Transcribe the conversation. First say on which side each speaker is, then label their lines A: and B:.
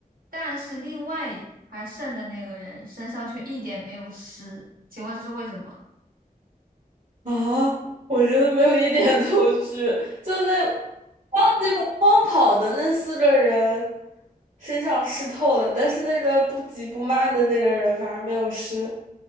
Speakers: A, on the right; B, on the right.
A: 但是另外还剩的那个人身上却一点没有湿，请问这是为什么？
B: 啊，我真的没有一点头绪。就那超级马荒跑的那四个人身上湿透了，但是那个不急不慢的那个人反而没有湿，